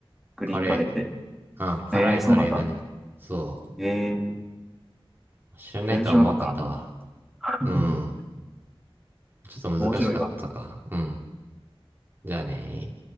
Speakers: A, in the centre; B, on the right.
A: グリーンカレーって。
B: カレー。うん、辛いカレーだね。
A: えー、そうなんだ。
B: そ
A: えー、
B: う。知らないとは思わんかったわ。
A: 全然知らなかったな。<laughs>
B: うん。ちょっと難しかったか。
A: 面白いわ。
B: うん。じゃあね